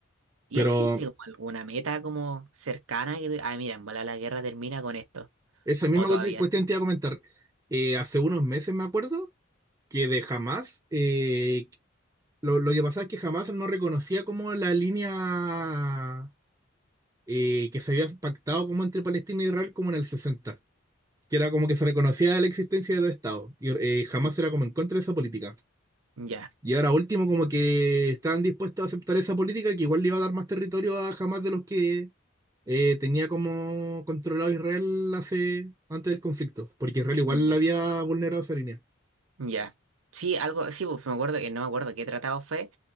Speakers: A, on the right (about 80°); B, on the right (about 15°).
A: ¿Y
B: pero
A: existe como alguna meta como cercana que tú- ah, mira, en bola la guerra termina con esto?
B: esa misma
A: ¿O todavía
B: cuesti- cuestión
A: está?
B: te iba a comentar. Eh, hace unos meses me acuerdo que de Hamas, eh, lo, lo que pasaba es que Hamas no reconocía como la línea eh, que se había pactado como entre Palestina e Israel como en el 60, que era como que se reconocía la existencia de dos estados. Y eh, Hamas era como en contra de esa política.
A: Ya,
B: Y ahora último, como que estaban dispuestos a aceptar esa política que igual le iba a dar más territorio a Hamas de los que eh, tenía como controlado Israel hace, antes del conflicto, porque Israel igual
A: ya,
B: le había vulnerado esa línea.
A: ya. Sí, algo, sí, pues me acuerdo que no me acuerdo qué tratado fue,